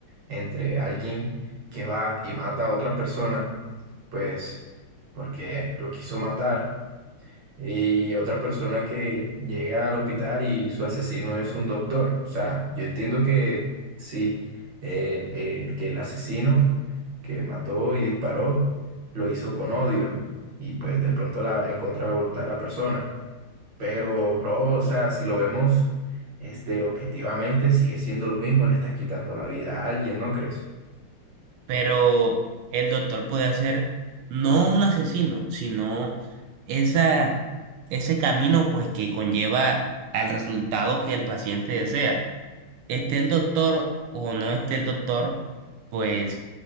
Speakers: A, on the right (about 60°); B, on the right (about 85°).
A: entre alguien que va y mata a otra persona, pues porque lo quiso matar? Y otra persona que llega al hospital y su asesino es un doctor. O sea, yo entiendo que sí, el, el- que el asesino que mató y disparó lo hizo con odio y pues de pronto la, en contra de la voluntad de la persona. Pero, bro, o sea, si lo vemos este, objetivamente, sigue siendo lo mismo, le estás quitando la vida a alguien, ¿no crees?
B: pero el doctor puede ser no un asesino, sino esa, ese camino, pues, que conlleva al resultado que el paciente desea. esté el doctor o no esté el doctor, pues